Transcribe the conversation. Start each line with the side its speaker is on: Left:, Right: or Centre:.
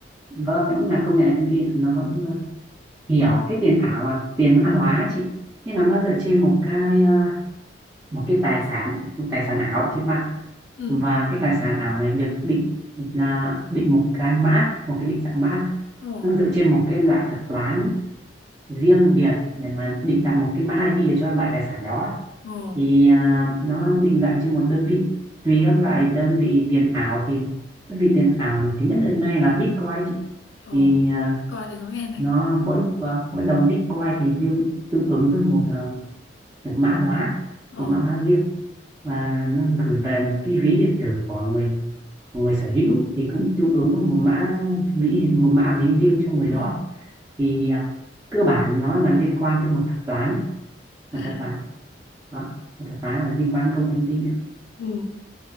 Right: Vâng, đúng là công nghệ thông tin nó vẫn ờ, hiểu
Left: Ồ,
Right: cái tiền ảo là tiền mã hóa ấy chị nghĩa
Left: ồ,
Right: là nó dựa trên một cái ờ, một cái tài sản một tài sản ảo trên mạng
Left: ừ,
Right: và cái tài sản ảo này được định là định một cái mã một cái định dạng mã
Left: ồ,
Right: nó dựa trên một cái loại thuật toán riêng biệt để mà định dạng một cái mã ID cho loại tài sản đó
Left: ồ,
Right: thì à, nó định dạng trên một đơn vị tùy các loại đơn vị tiền ảo thì đơn vị tiền ảo nổi tiếng nhất hiện nay là Bitcoin chị
Left: ồ,
Right: thì à,
Left: coi thì có nghe này.
Right: nó mỗi và mỗi đồng Bitcoin thì tương tương ứng với một ờ, một mã hóa
Left: Ồ,
Right: một mã hóa riêng và nó gửi về một cái ví điện tử của người của người sở hữu thì cũng tương ứng với một mã ví một mã ví riêng cho người đó
Left: ồ,
Right: thì à, cơ bản nó là liên quan tới một thuật toán
Left: à.
Right: một thuật toán đó một thuật toán là liên quan đến công nghệ thông tin
Left: Ừ.